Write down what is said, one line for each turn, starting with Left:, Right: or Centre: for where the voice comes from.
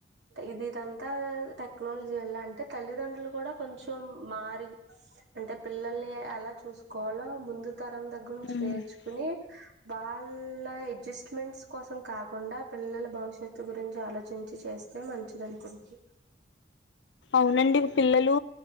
Right: ఇది ఇదంతా టెక్నాలజీ వల్ల అంటే తల్లిదండ్రులు కూడా కొంచెం మారి అంటే పిల్లల్ని ఎలా చూసుకోవాలో ముందు తరం దగ్గర నుంచి
Left: ఉమ్
Right: నేర్చుకుని వాళ్ళ అడ్జస్ట్మెంట్స్ కోసం కాకుండా పిల్లల భవిష్యత్ చెతు గురించి ఆలోచించి చేస్ అే మంచిదాని గురించి
Left: అవునండి పిల్లలు